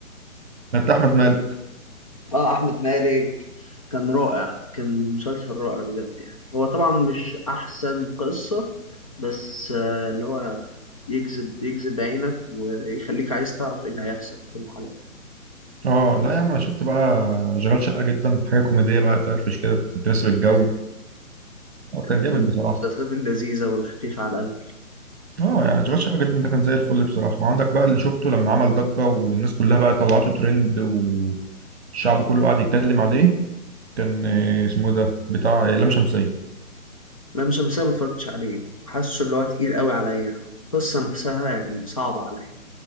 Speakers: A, on the right; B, on the left.
A: ده بتاع احمد مالك
B: اه احمد مالك كان رائع كان مسلسل رائع بجد يعني هو طبعا مش احسن قصة بس آه اللي هو يجذب يجذب عينك ويخليك عايز تعرف ايه اللي هيحصل في كل حلقة
A: اه لا يا عم انا شفت بقى شغال شقه جدا حاجه كوميديه بقى تفرفش كده تناسب الجو
B: أيوة.
A: اه كان جامد
B: كان من
A: بصراحه
B: المسلسلات اللذيذة والخفيفة على القلب
A: اه يعني شغال شقه جدا ده كان زي الفل بصراحه وعندك بقى اللي شفته لما عمل ضجه والناس كلها بقى طلعته ترند والشعب كله قاعد يتكلم عليه كان آه، اسمه إيه ده بتاع لام شمسيه
B: لام شمسية ما اتفرجتش عليه حاسه اللي هو تقيل قوي عليا القصة نفسها يعني صعبة عليا